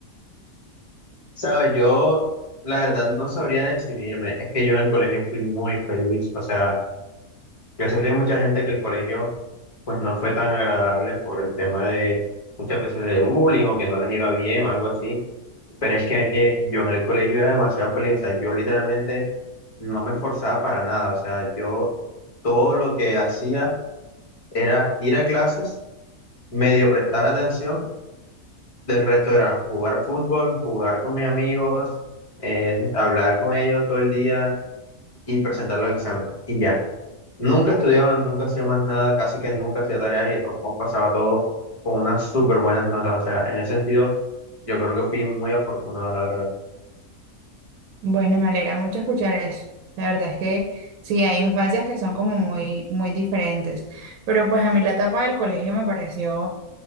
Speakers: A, on the left; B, on the right.
A: Sabes, yo la verdad no sabría decidirme. Es que yo en el colegio fui muy feliz. O sea, yo sé que hay mucha gente que el colegio pues no fue tan agradable por el tema de muchas veces de bullying o que no les iba bien o algo así. Pero es que eh, yo en el colegio era demasiado feliz. O sea, yo literalmente no me esforzaba para nada. O sea, yo todo lo que hacía era ir a clases, medio prestar atención del resto era jugar fútbol, jugar con mis amigos, eh, hablar con ellos todo el día y presentar los exámenes. Y ya. Nunca estudiaba, nunca hacía más nada, casi que nunca hacía tareas y de todos modos pasaba todo con unas súper buenas notas. O sea, en ese sentido, yo creo que fui muy afortunado, la verdad.
B: Bueno, me alegra mucho escuchar eso. La verdad es que sí, hay infancias que son como muy, muy diferentes. Pero pues a mí la etapa del colegio me pareció,